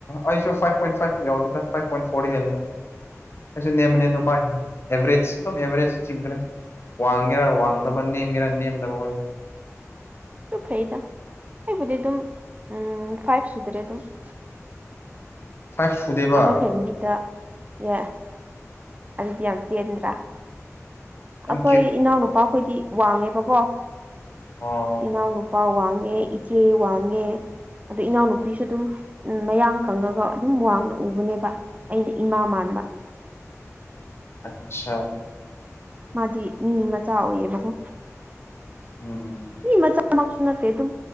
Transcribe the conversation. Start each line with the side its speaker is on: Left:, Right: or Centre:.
Left: ꯑꯩꯁꯨ ꯐꯥꯏꯚ ꯄꯣꯏꯟ ꯐꯥꯏꯚ ꯌꯧꯗꯦꯗ ꯐꯥꯏꯚ ꯄꯣꯏꯟ ꯐꯣꯔꯗꯤ ꯍꯦꯜꯂꯦ <unintelligible> ꯑꯦꯚꯔꯦꯖ
Right: ꯎꯝ
Left: ꯑꯗꯨꯝ ꯑꯦꯚꯔꯦꯖꯗ ꯆꯤꯡꯈ꯭ꯔꯦ ꯋꯥꯡꯒꯦꯔꯥ ꯋꯥꯡꯗꯕ ꯅꯦꯝꯒꯦꯔꯥ ꯅꯦꯝꯗꯕ
Right: <inaudible> ꯑꯗꯨ ꯐꯩꯌꯦꯗ ꯑꯩꯕꯨꯗꯤ ꯑꯗꯨꯝ ꯎꯝ ꯐꯥꯏꯚ ꯁꯨꯗ꯭ꯔꯦ ꯑꯗꯨꯝ <inaudible>
Left: ꯐꯥꯏꯚ ꯁꯨꯗꯦꯕ
Right: ꯑꯩꯈꯣꯏ ꯐꯦꯃꯤꯂꯤꯗ ꯌꯦ ꯑꯗꯨꯗꯤ ꯌꯥꯝ ꯇꯦꯟꯗ꯭ꯔꯥ
Left: ꯌꯥꯝ
Right: ꯑꯩꯈꯣꯏ
Left: ꯀ꯭ꯌꯨꯠ
Right: ꯏꯅꯥꯎꯅꯨꯄꯥꯈꯣꯏꯗꯤ ꯋꯥꯡꯉꯦꯕꯀꯣ
Left: ꯑꯣ
Right: ꯏꯅꯥꯎꯅ ꯃꯥ ꯋꯥꯡꯉꯦ ꯏꯆꯦ ꯋꯥꯡꯉꯦ ꯑꯗꯩ ꯏꯅꯥꯎꯅꯨꯄꯤꯁꯨ ꯑꯗꯨꯝ ꯎꯝ ꯃꯌꯥꯡ ꯀꯪꯉꯒ ꯑꯗꯨꯝ ꯋꯥꯡꯅ ꯎꯕꯅꯦꯕ ꯑꯩꯅ ꯏꯃꯥ ꯃꯥꯟ ꯕꯥ
Left: ꯑꯠꯁꯥ
Right: ꯃꯥꯗꯤ ꯃꯤ ꯃꯆꯥ ꯑꯣꯏꯌꯦꯕꯀꯣ
Left: ꯎꯝ
Right: ꯃꯤ ꯃꯆꯥ ꯃꯛꯁꯨ ꯅꯠꯇꯦ ꯑꯗꯨꯝ